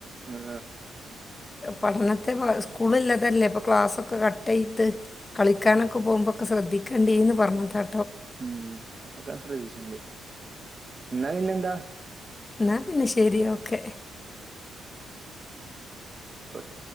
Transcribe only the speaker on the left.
പഠനത്തെ പൊ സ്കൂളില്ലതല്ലേ ഇപ്പ ക്ലാസ്സൊക്കെ കട്ടേയ്ത് കളിക്കാനൊക്കെ
പോകുമ്പോൊക്കെ ശ്രദ്ധി കണ്ടി ന്ന് പറഞ്ഞതാ
ന്നാ പിന്നെ ശെരി ഓക്കെ